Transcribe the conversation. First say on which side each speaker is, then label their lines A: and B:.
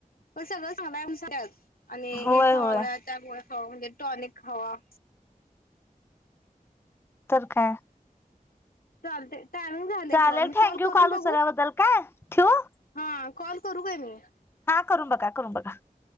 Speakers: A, on the left; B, on the left.
A: पण सगळं चांगलंय म्हणून सांगतात आणि
B: होय
A: हे गोळ्या
B: होय
A: त्या गोळ्या हवा म्हनंजे टॉनिक हवा-
B: तर काय-
A: चालते टाईमिंग झाले
B: चालेल
A: बघा मी
B: थँक्यू
A: कॉल करून बघू?
B: उचलल्याबद्दल काय ठेवू
A: हा कॉल करू काय मी?
B: करुन बघा. करुन बघा.